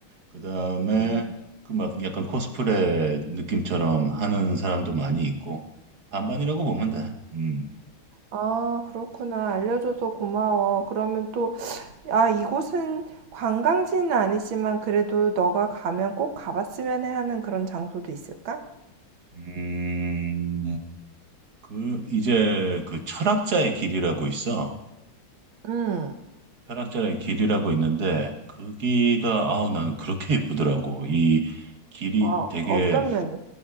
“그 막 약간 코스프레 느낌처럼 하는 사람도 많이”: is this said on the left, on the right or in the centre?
Right